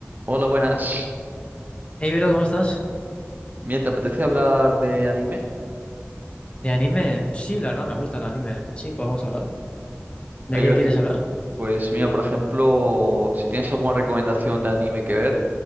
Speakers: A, on the right (about 40°); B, on the left (about 25°).
A: Hola, buenas.
B: Hey, Velo, ¿cómo estás?
A: Bien, ¿te apetece hablar de anime?
B: ¿De anime? Sí, la verdad, me gusta el anime. Sí, pues vamos a hablar. ¿De
A: ¿Hay
B: qué
A: algún?
B: quieres hablar?
A: Pues mira, por ejemplo, si tienes alguna recomendación de anime que ver,